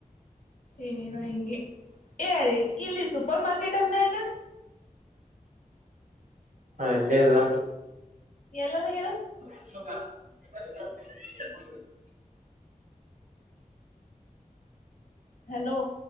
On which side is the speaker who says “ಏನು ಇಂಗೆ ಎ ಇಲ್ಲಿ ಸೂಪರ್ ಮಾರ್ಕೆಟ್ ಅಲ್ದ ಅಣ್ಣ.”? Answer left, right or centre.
Left